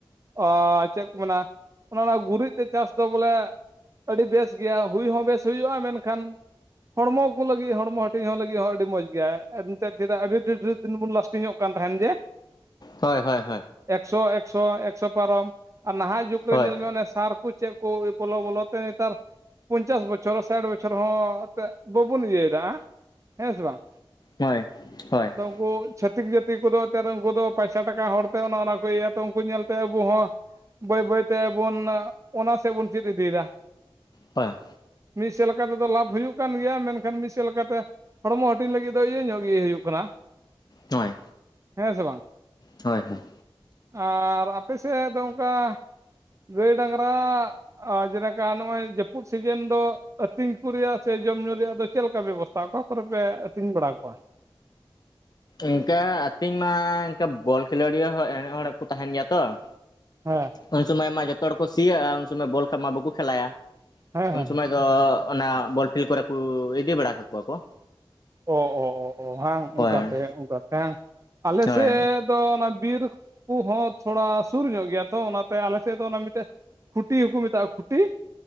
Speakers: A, on the right; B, on the left.
A: ᱚᱻ ᱪᱮᱫ ᱠᱚ ᱢᱮᱱᱟ ᱚᱱᱮ ᱚᱱᱟ ᱜᱩᱨᱤᱡ ᱛᱮ ᱪᱟᱥ ᱫᱚ ᱵᱚᱞᱮ ᱟᱹᱰᱤ ᱵᱮᱥ ᱜᱮᱭᱟ ᱦᱩᱭ ᱦᱚᱸ ᱵᱮᱥ ᱜᱮ ᱦᱩᱭᱩᱜᱼᱟ ᱢᱮᱱᱠᱷᱟᱱ ᱦᱚᱲᱢᱚ ᱩᱱᱠᱩ ᱞᱟᱹᱜᱤᱫ ᱦᱚᱲᱢᱚ ᱦᱟᱹᱴᱤᱧ ᱦᱚᱸ ᱞᱟᱹᱜᱤᱫ ᱦᱚᱸ ᱟᱹᱰᱤ ᱢᱚᱸᱡᱽ ᱜᱮᱭᱟ ᱮᱱᱛᱮᱫ ᱪᱮᱫᱟᱜ ᱟᱹᱰᱤ ᱰᱷᱮᱨ ᱰᱷᱮᱨ ᱫᱤᱱ ᱵᱚᱱ ᱞᱟᱥᱴᱤᱝ ᱚᱜ ᱠᱟᱱ ᱛᱟᱦᱮᱱ ᱡᱮ
B: ᱦᱚᱭ ᱦᱚᱭ ᱦᱚᱭ ᱾
A: ᱮᱠᱥᱚ ᱮᱠᱥᱚ ᱮᱠᱥᱚ ᱯᱟᱨᱚᱢ ᱟᱨ ᱱᱟᱦᱟᱜ ᱡᱩᱜᱽ
B: ᱦᱳᱭ
A: ᱨᱮ ᱧᱮᱞ ᱢᱮ ᱚᱱᱮ ᱥᱟᱨ ᱠᱚ ᱪᱮᱜ ᱠᱚ ᱵᱚᱞᱚ ᱵᱚᱞᱚ ᱛᱮ ᱦᱮᱛᱟᱨ ᱯᱚᱧᱪᱟᱥ ᱵᱚᱪᱷᱚᱨ ᱥᱟᱴ ᱵᱚᱪᱷᱚᱨ ᱦᱚᱸ <unintelligible> ᱵᱟᱵᱚᱱ ᱤᱭᱟᱹ ᱮᱫᱟ ᱦᱮᱸ ᱥᱮ ᱵᱟᱝ ᱾
B: ᱦᱚᱭ ᱦᱚᱭ ᱾
A: ᱩᱱᱠᱩ ᱪᱷᱟᱹᱛᱤᱠ ᱡᱟᱹᱛᱤ ᱠᱚᱫᱚ ᱮᱱᱛᱮᱫ ᱩᱱᱠᱩ ᱫᱚ ᱯᱟᱭᱥᱟ ᱴᱟᱠᱟ ᱦᱚᱲᱛᱮ ᱚᱱᱟ ᱚᱱᱟ ᱠᱚ ᱤᱭᱟᱹᱭᱟ ᱛᱚ ᱩᱱᱠᱩ ᱧᱮᱞᱛᱮ ᱟᱵᱚ ᱦᱚᱸ ᱵᱟᱹᱭ ᱵᱟᱹᱭ ᱛᱮᱵᱚᱱ ᱚᱱᱟ ᱥᱮᱜ ᱵᱩᱱ ᱪᱮᱫ ᱤᱫᱤᱭᱮᱫᱟ ᱾
B: ᱦᱚᱭ
A: ᱢᱤᱜ ᱥᱮᱜ ᱞᱮᱠᱟ ᱛᱮᱫᱚ ᱞᱟᱵᱷ ᱦᱩᱭᱩᱜ ᱠᱟᱱ ᱜᱤᱭᱟ ᱢᱮᱱᱠᱷᱟᱱ ᱢᱤᱫᱥᱮᱜ ᱞᱮᱠᱟᱛᱮ ᱦᱚᱲᱢᱚ ᱦᱟᱹᱴᱤᱧ ᱞᱟᱹᱜᱤᱫ ᱫᱚ ᱤᱭᱟᱹ ᱧᱚᱜ ᱜᱮ ᱦᱩᱭᱩᱜ ᱠᱟᱱᱟ ᱾
B: ᱦᱳᱭ
A: ᱦᱮᱸ ᱥᱮ ᱵᱟᱝ
B: ᱦᱳᱭ ᱦᱳᱭ
A: ᱾ ᱟᱨ ᱟᱯᱮ ᱥᱮᱜ ᱫᱚ ᱚᱱᱠᱟ ᱜᱟᱹᱭ ᱰᱟᱝᱨᱟ ᱟᱨ ᱡᱮᱞᱮᱠᱟ ᱱᱚᱜᱼᱚᱭ ᱡᱟᱹᱯᱩᱫ ᱥᱤᱡᱮᱱ ᱫᱚ ᱟᱹᱛᱤᱧ ᱠᱩ ᱨᱤᱭᱟᱜ ᱥᱮ ᱡᱚᱢ ᱧᱩ ᱨᱮᱭᱟᱜ ᱫᱚ ᱪᱮᱫ ᱞᱮᱠᱟ ᱵᱮᱵᱚᱥᱛᱷᱟ ᱚᱠᱟ ᱠᱚᱨᱮ ᱯᱮ ᱟᱹᱛᱤᱧ ᱵᱟᱲᱟ ᱠᱚᱣᱟ?
B: ᱤᱱᱠᱟ ᱟᱹᱛᱤᱧ ᱢᱟ ᱤᱱᱠᱟ ᱵᱚᱞ ᱠᱷᱮᱞᱳᱰᱤᱭᱟᱹ ᱦᱚᱸ ᱮᱱᱮᱡ ᱦᱚᱲ ᱠᱚ ᱛᱟᱦᱮᱱ ᱜᱮᱭᱟ ᱛᱚ ᱾
A: ᱦᱮᱸᱻ
B: ᱩᱱ ᱥᱩᱢᱟᱭ ᱢᱟ ᱡᱚᱛᱚ ᱦᱚᱲ ᱠᱚ ᱥᱤᱭᱟ ᱩᱱ ᱥᱩᱢᱟ ᱵᱚᱞ ᱠᱷᱮᱞ ᱢᱟ ᱵᱟᱠᱚ ᱠᱷᱮᱞᱟᱭᱟ
A: ᱦᱮᱸ
B: ᱩᱱ
A: ᱦᱮᱸ
B: ᱥᱚᱢᱟᱭ ᱛᱚ ᱚᱱᱟ ᱵᱚᱞᱯᱷᱤᱞ ᱠᱚᱨᱮ ᱠᱚ ᱤᱫᱤ ᱵᱟᱲᱟ ᱠᱟᱠᱚᱣᱟᱠᱚ ᱾
A: <unintelligible>
B: ᱦᱳᱭ
A: ᱟᱞᱮᱥᱮᱫ
B: ᱦᱳᱭ
A: ᱫᱚ ᱚᱱᱟ ᱵᱤᱨ ᱠᱩᱦᱚᱸ ᱛᱷᱚᱲᱟ ᱥᱩᱨ ᱧᱚᱜ ᱜᱤᱭᱟ ᱛᱚ ᱚᱱᱟᱛᱮ ᱟᱞᱮ ᱥᱮᱫ ᱫᱚ ᱚᱱᱟ ᱢᱤᱫᱴᱟ ᱠᱷᱩᱴᱤ ᱦᱚᱸᱠᱚ ᱢᱮᱛᱟᱜᱼᱟ ᱠᱷᱩᱴᱤ ᱾